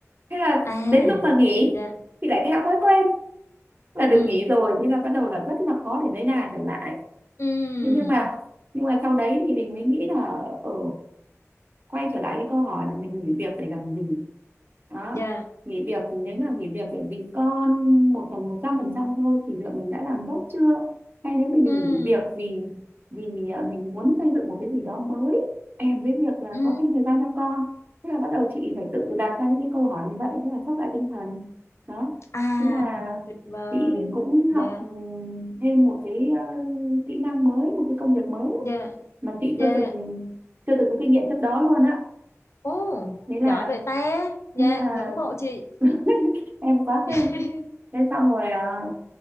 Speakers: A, on the right; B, on the left.
A: thế là
B: À,
A: đến lúc mà nghỉ
B: dạ,
A: thì lại theo thói quen là được
B: ừ,
A: nghỉ rồi thế là bắt đầu là rất là khó để lấy đà trở lại
B: ừ,
A: thế nhưng mà nhưng mà sau đấy thì mình mới nghĩ là ở quay trở lại cái câu hỏi là mình nghỉ việc để làm gì đó
B: dạ,
A: nghỉ việc nếu mà nghỉ việc để vì con một phần một trăm phần trăm thôi thì liệu mình đã làm tốt chưa hay nếu mình mình
B: ừ,
A: nghỉ việc vì vì à, mình muốn xây dựng một cái gì đó mới kèm với việc là
B: ừ,
A: có thêm thời gian cho con thế là bắt đầu chị phải tự đặt ra những cái câu hỏi như vậy thế là sốc lại tinh thần đó
B: à,
A: thế là
B: tuyệt vời,
A: chị cũng
B: dạ,
A: học ừ, thêm một cái ờ, kỹ năng mới một cái công việc mới
B: dạ,
A: mà chị
B: dạ,
A: chưa từng chưa từng có kinh nghiệm trước đó luôn á
B: ô,
A: thế là
B: giỏi vậy ta, dạ,
A: thế là
B: ngưỡng mộ chị,
A: <laughs> em quá
B: <laughs>
A: khen thế xong rồi à,